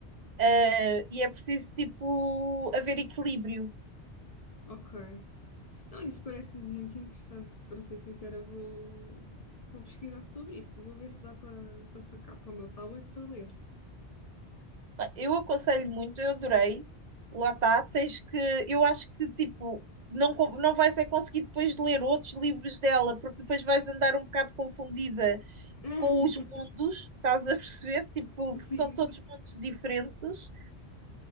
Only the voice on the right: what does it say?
Ah, e é preciso, tipo, haver equilíbrio.
Pá, Eu aconselho muito, eu adorei. Lá está, tens que. Eu acho que, tipo, não, con- não vais é conseguir depois ler outros livros dela, porque depois vais andar um bocado confundida
com os mundos, estás a perceber? Tipo, porque
são todos mundos diferentes.